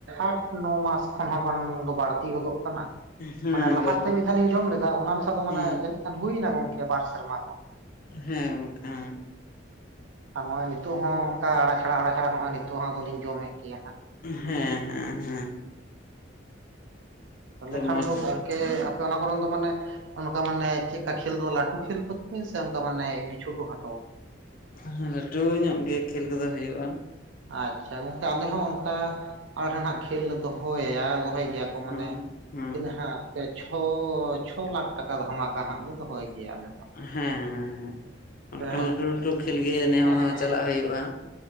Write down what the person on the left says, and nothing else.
ᱦᱮᱸ
ᱵᱟᱡ
ᱦᱮᱸ
ᱦᱮᱸ ᱚᱝᱠᱟ
ᱦᱮᱸ ᱦᱮᱸ ᱦᱮᱸ <inaudible>
ᱢᱚᱡᱽ
ᱦᱮᱸ ᱞᱟᱹᱴᱩ ᱧᱚᱜ ᱜᱮ ᱠᱷᱮᱞ ᱠᱚᱫᱚ ᱦᱩᱭᱩᱜᱼᱟ ᱾
ᱦᱮᱸ ᱦᱮᱸ
ᱦᱮᱸᱻ ᱚᱱᱠᱟᱱ
ᱞᱟᱹᱴᱩ ᱞᱟᱹᱴᱩ ᱠᱷᱮᱞ ᱜᱮ ᱱᱮ
ᱦᱚᱲ ᱦᱚᱸ
ᱪᱟᱞᱟᱜ ᱦᱩᱭᱩᱜ-ᱟ᱾